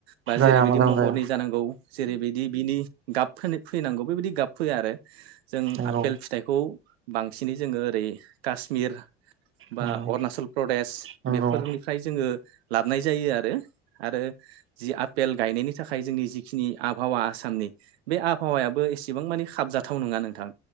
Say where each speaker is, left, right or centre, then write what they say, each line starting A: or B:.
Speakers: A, on the right; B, on the right.
A: बा
B: जाया
A: जेरैबायदि
B: मोजां
A: महरनि
B: जाया
A: जानांगौ जेरैबायदि बिनि गाब फोनो फैनांगौ बेबायदि गाब फैया आरो जों
B: नंगौ
A: आपेल फिथाइखौ बांसिनै जोङो ओरै काश्मिर बा
B: उम
A: अरुणाचल प्रदेश
B: नंगौ
A: बेफोरनिफ्राय जोङो लाबोनाय जायो आरो आरो जि आफेल गायनायनि था खाय जोंनि जिखिनि आबहावा आसामनि बे आबहावायाबो एसेबां मानि खाबजाथाव नङा नोंथां